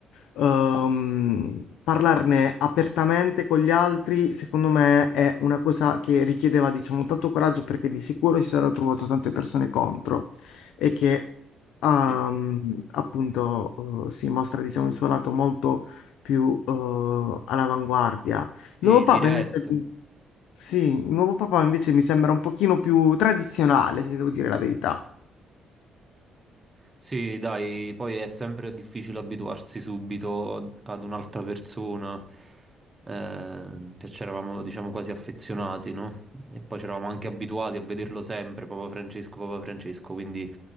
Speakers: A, on the left; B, on the right.
A: Ehm, parlarne apertamente con gli altri, secondo me, è una cosa che richiedeva, diciamo, tanto coraggio perché di sicuro si sarebbero trovato tante persone contro e che, ehm,
B: Sì,
A: appunto, eh, si mostra, diciamo, il suo lato molto più, eh, all'avanguardia. Il
B: sì,
A: nuovo Papa
B: diretto.
A: invece, sì, il nuovo Papa invece mi sembra un pochino più tradizionale, se devo dire la verità.
B: Sì, dai, poi è sempre difficile abituarsi subito ad ad un'altra persona. Eh, cioè, c'eravamo, diciamo, quasi affezionati, no? E poi c'eravamo anche abituati a vederlo sempre, Papa Francesco, Papa Francesco, quindi